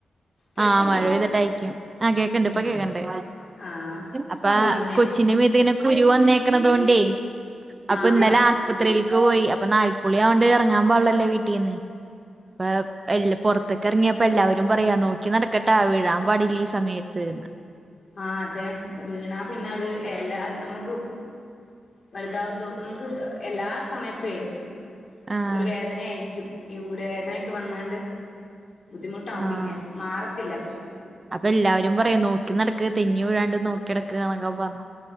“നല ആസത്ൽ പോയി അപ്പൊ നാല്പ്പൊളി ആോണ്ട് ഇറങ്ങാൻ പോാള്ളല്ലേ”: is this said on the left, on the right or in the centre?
Right